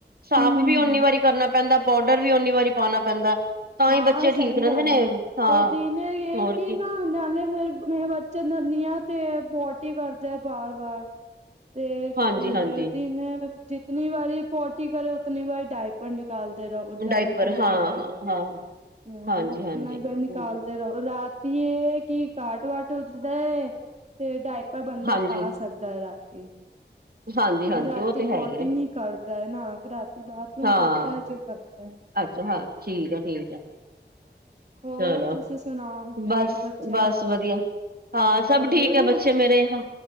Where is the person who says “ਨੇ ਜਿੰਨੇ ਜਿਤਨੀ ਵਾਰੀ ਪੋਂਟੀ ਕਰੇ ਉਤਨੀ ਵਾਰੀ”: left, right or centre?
Right